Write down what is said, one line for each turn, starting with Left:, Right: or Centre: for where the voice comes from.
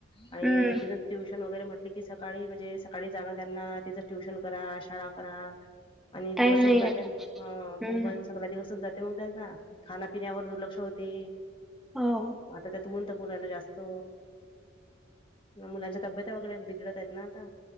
Left: आणि
Centre: हम्म
Left: तिथं ट्युशन वगैरे म्हट की सकाळी म्हणजे सकाळी जाणं त्यांना तिचं ट्युशन करा शाळा करा आणि
Centre: टाइम
Left: दिवसच
Centre: नाही
Left: जाते
Centre: भेटत
Left: हं,
Centre: हम्म
Left: कुंभ सगळा दिवसच जाते मग त्यांचा खाण्यापिण्यावर दुर्लक्ष होते
Centre: हवं,
Left: आता त्यात ऊन तपू राहिले जास्त. <inaudible> मुलांच्या तब्येत वगैरे बिघडत आहेत ना आता.